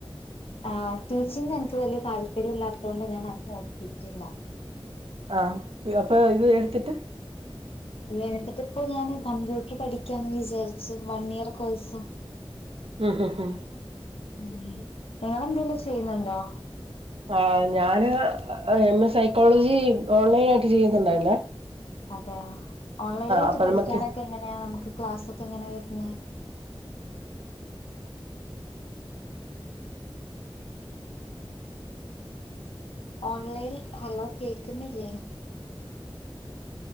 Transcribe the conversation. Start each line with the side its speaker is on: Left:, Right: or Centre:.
Left: ആ ടീച്ചിങ് എനിക്ക് വല്ല്യ താല്പര്യല്ലാത്തോണ്ട് ഞാൻ അത് നോക്കിയിട്ടില്ല
Right: ആഹ് അപ്പൊ ഇത് എട്ത്തിട്ട്
Left: ല്ലെ എട്ത്തിട്ട് പ്പോ ഞാന് കമ്പ്യൂട്ടർ പഠിക്കാന്ന് വിചാരിച്ച് വൺ ഇയർ കോഴ്സ്
Right: ആഹ് ഹ് ഹ്
Left: മ് വേറെന്തേലും ചെയ്യ്ന്ന്ണ്ടോ
Right: ആ ഞാന് എം എ സൈക്കോളജി ഓൺലൈൻ ആയിട്ട് ചെയ്യുന്നുണ്ടായിർന്നെ
Left: അതെയൊ ഓൺലൈൻലായിട്ട്
Right: അപ്പൊ
Left: പഠിക്കാനൊക്കെ
Right: നമുക്ക്
Left: എങ്ങനെയാ നമുക്ക് ക്ലാസൊക്കെങ്ങനെ വര്ന്നെ <inaudible> ഓൺലൈൻ ഹലോ കേക്ക്ന്നില്ലേ